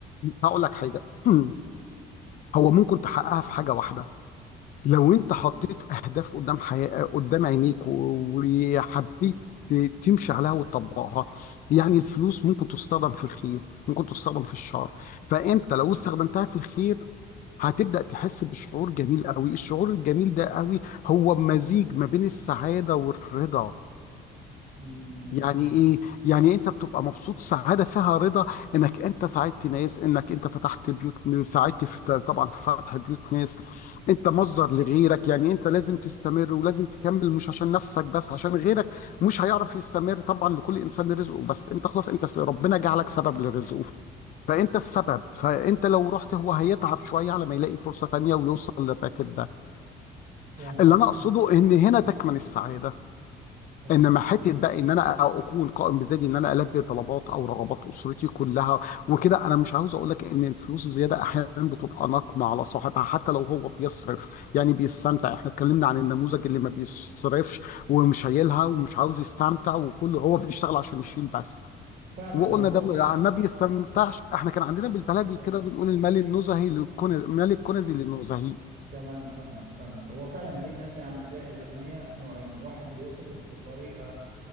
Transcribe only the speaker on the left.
هقول لك حاجة <clears throat> هو ممكن تحققها في حاجة واحدة لو انت حطيت اهداف قدام حياة قدام عينيك و- وحبيت تمشي عليها وتطبقها يعني الفلوس ممكن تستخدم في الخير ممكن تستخدم في الشر فانت لو استخدمتها في الخير هتبدأ تحس بشعور جميل قوي الشعور الجميل ده قوي هو مزيج ما بين السعادة والرضا
يعني
ايه يعني انت بتبقى مبسوط سعاده فيها رضا انك انت ساعدت ناس انك انت فتحت بيوت ساعدت في طبعا في فتح بيوت ناس انت مصدر لغيرك يعني انت لازم تستمر ولازم تكمل مش عشان نفسك بس عشان غيرك مش هيعرف يستمر طبعا لكل انسان رزقه بس انت خلاص انت س- ربنا جعلك سبب لرزقه فانت السبب فانت لو رحت هو هيتعب شويه على ما يلاقي فرصه تانيه ويوصل للراتب ده
اللي انا اقصده ان هنا تكمن السعاده
انما حته
بقى ان انا اكون قائم بذاتي ان انا البي طلبات او رغبات اسرتي كلها وكده انا مش عاوز اقول لك ان الفلوس الزياده احيانا بتبقى نقمه على صاحبها حتى لو هو بيصرف يعني بيستمتع احنا اتكلمنا عن النموذج اللي ما بيصرفش ومش شايلها ومش عاوز يستمتع وكله هو بيشتغل عشان يشيل بس
وقلنا
ده ما ما بيستمتعش احنا كان عندنا بالبلدي
كده بنقول المال النزهي للكنز مال الكنزي للنزهي